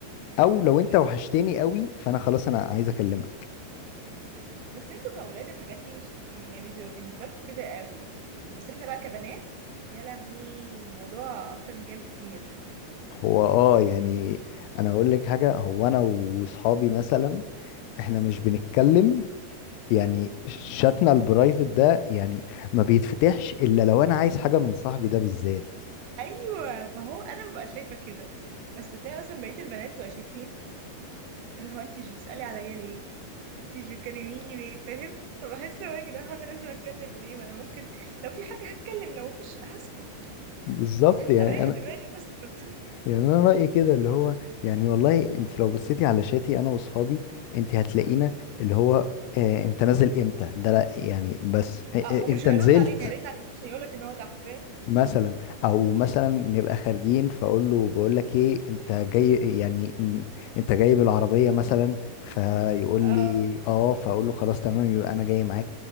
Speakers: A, on the left (about 90°); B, on the right (about 80°).
A: او لو انت
B: تس...
A: وحشتني قوي فانا خلاص انا عايز اكلمك
B: بس انتوا كاولاد الحاجات دي مش يعني مش بيبقى بالنسبه لكم كده قوي بس احنا بقى كبنات يا لهوي الموضوع اكتر من كده بكتير
A: هو اه يعني انا اقول لك حاجة هو انا واصحابي مثلا احنا مش بنتكلم يعني شاتنا البرايفت ده يعني ما بيتفتحش الا لو انا عايز حاجة من صاحبي ده بالذات
B: ايوه ما هو انا ببقى شايفه كده بس تلاقي مثلا بقيه البنات بقى شايفين اللي هو انت مش بتسالي عليا ليه انت مش بتكلميني ليه فاهم فبحس هو يا جدعان هو انا لازم اتكلم ليه ما انا ممكن لو في حاجه هتكلم لو مفيش هسكت
A: بالظبط يعني
B: هريح دماغي واسكت
A: يعني انا رايي كده اللي هو يعني والله انت لو بصيتي على شاتي انا واصحابي انت هتلاقينا اللي هو آه انت نازل امتى ده لا يعني بس
B: <laughs>
A: آه
B: اه
A: آه
B: ومش
A: انت
B: هيرد
A: نزلت
B: عليك هيرن عليك عشان يقولك ان هو تحت فاهم
A: مثلا او مثلا نبقى خارجين فاقول له بقول لك ايه انت جاي يعني ن- انت جاي بالعربيه مثلا فيقول لي
B: اه
A: اه فاقول له خلاص تمام يبقى انا جاي معاك